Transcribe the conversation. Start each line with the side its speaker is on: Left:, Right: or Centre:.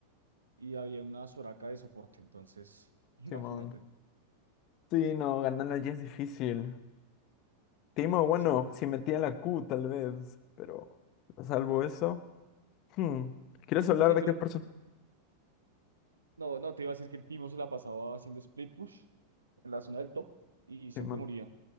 Right: y había una Soraka de soporte. Entonces, <laughs> imagínate.
Left: Simón. Sí, no, ganar a G es difícil. Timo, bueno,
Right: Sí,
Left: si metía la Q tal vez, pero salvo eso. hmm, ¿Quieres hablar
Right: sí,
Left: de
Right: pero
Left: qué persona?
Right: no, no, te iba a decir que el Timo se la pasaba haciendo split push en la zona del top y siempre
Left: Timón.
Right: moría.